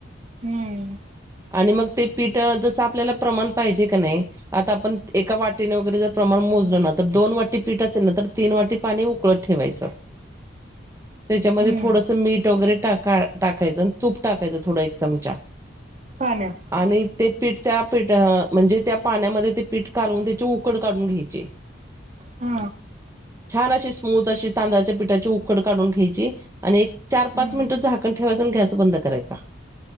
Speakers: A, on the right; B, on the right.
A: हम्म.
B: आणि मग ते पिठं जसं, आपल्याला प्रमाण पाहिजे कणी, आता आपण एका वाटीने वगैरे जर प्रमाण मोजलं ना, तर दोन वाटी पीठ असेल, ना तर तीन वाटी पाणी उकळत ठेवायचं. <unintelligible> त्यांच्यामध्ये
A: हम्म
B: थोडंसं मीठ वगैरे टाका टाकायचं, तूप टाकायचं थोडा एक चमचा.
A: पाण्यात.
B: आणि ते पीठ त्या पीठ म्हणजे, त्या पाण्यामध्ये ते पीठ कालवून त्याची उक उकड काढून घ्यायची.
A: हा
B: छान अशी स्मूथ अशी तांदळाच्या पिठाची उकड काढून घ्यायची आणि एक चार
A: हम्म
B: पाच मिनिटंच झाकण ठेवायचं आणि गॅस बंद करायचा.